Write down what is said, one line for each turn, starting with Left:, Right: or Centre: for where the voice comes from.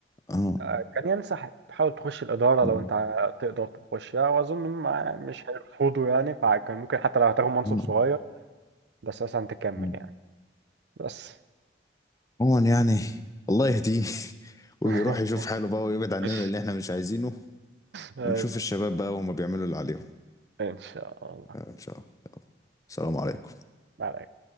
Left: آه
Right: آه، كان ينسحب حاول تخش الإدارة
Left: امم
Right: لو أنت ع- تقدر تخشها وأظن إنهم مش هيرفضوا يعني فكان ممكن حتى لو هتاخد منصب
Left: آه مم،
Right: صغير
Left: آه
Right: بس مثلا تكمل
Left: آه.
Right: يعني بس
Left: عموما يعني الله يهديه <laughs> ويروح
Right: <laughs>
Left: يشوف حاله بقى ويبعد
Right: <laughs>
Left: عننا اللي احنا مش عايزينه
Right: طيب،
Left: ونشوف الشباب بقى وهما بيعملوا اللي عليهم
Right: إن شاء الله
Left: آه، إن شاء الله السلام عليكم
Right: عليك